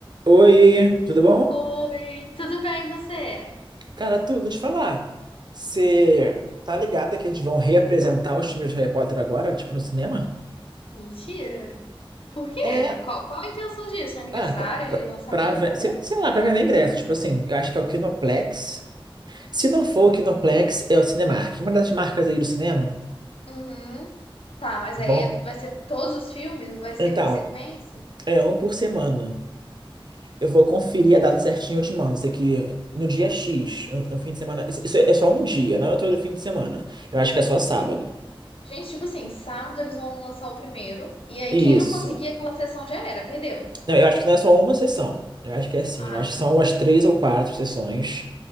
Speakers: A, on the right (about 50°); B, on the left (about 80°).
A: Oi, tudo bom?
B: Oi, tudo bem e você?
A: Cara, tudo te falar. Você tá ligado que eles vão reapresentar os filmes do Harry Potter agora, tipo, no cinema?
B: Mentira. Por quê?
A: É,
B: Qual, qual a intenção disso? Aniversário
A: ah, pra, pra,
B: de lançamento,
A: pra ve-
B: alguma
A: sei,
B: coisa? assim?
A: sei lá, pra vender ingresso. Tipo assim, eu acho que é o Kinoplex. Se não for o Kinoplex, é o Cinemark. Uma das marcas aí do cinema.
B: Uhum. Tá, mas
A: Bom,
B: aí é- vai ser todos os filmes? Vai ser
A: então,
B: por sequência?
A: é um por semana. Eu vou conferir a data certinha e eu te mando. Isso aqui no dia X, no no fim de semana. Isso isso é só um dia, não é todo fim de semana. Eu acho que é só sábado.
B: Gente, tipo assim, sábado eles vão lançar o primeiro. E aí
A: Isso.
B: quem não conseguir aquela sessão já era, perdeu.
A: Não, eu acho que não é só uma sessão. Eu acho que é assim.
B: Ah,
A: Eu acho que
B: tá.
A: são umas três ou quatro sessões,